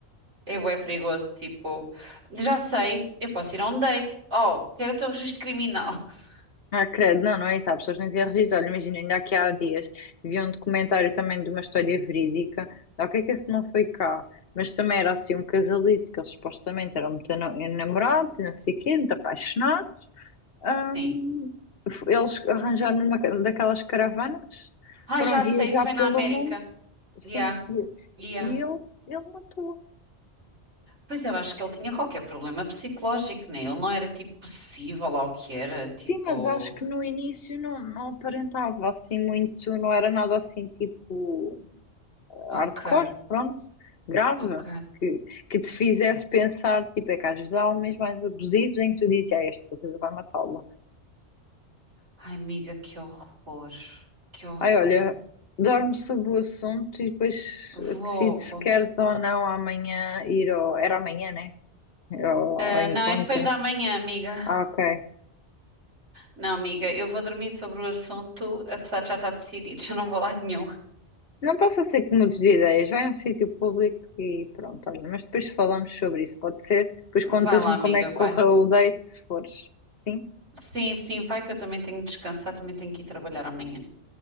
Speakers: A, on the right; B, on the left.
A: É bué perigoso. Tipo, já sei, eu posso ir a um date. Oh, quero o teu registro criminal. <laughs>
B: Ah, credo, não, não é isso. Há pessoas que não têm registro. Olha, imagina, ainda aqui há dias vi um documentário também de uma história verídica. Ah, O que é que esse não foi cá? Mas também era assim um casalito que eles supostamente eram muito na- namorados, e não sei o quê, muito apaixonados. Ahm,
A: Sim.
B: f- eles arranjaram uma daquelas caravanas,
A: Ai,
B: foram
A: já
B: viajar
A: sei, isso foi
B: pelo
A: na América.
B: mundo. Sim,
A: Yeah,
B: e
A: yeah.
B: e ele, ele matou.
A: Pois eu acho que ele tinha qualquer problema psicológico, né? Ele não era tipo possível lá o que era.
B: Sim,
A: Tipo,
B: mas acho que no início não, não aparentava assim muito, não era nada assim tipo hardcore,
A: ok,
B: pronto, grave,
A: ok.
B: que, que te fizesse pensar, tipo, é que às vezes há homens mais abusivos em que tu dizes, ah, esta coisa vai matá-la.
A: Ai, amiga, que horror. Que horror.
B: Ai, olha, dorme sobre o assunto e depois
A: Vou,
B: decide
A: vou.
B: se queres ou não amanhã ir ao, era amanhã, né? Ao,
A: Ah,
B: ao encontro.
A: não, é depois da manhã, amiga.
B: Ah, ok.
A: Não, amiga, eu vou dormir sobre o assunto, apesar de já estar decidido, <laughs> eu não vou lá nenhum.
B: Não posso ser que mudes de ideias. Vai a um sítio público e pronto, olha. Mas depois falamos sobre isso, pode ser? Depois contas-me
A: Vai lá, amiga,
B: como é que
A: vai.
B: correu o date, se fores. Sim?
A: Sim, sim, vai que eu também tenho de descansar, também tenho que ir trabalhar amanhã.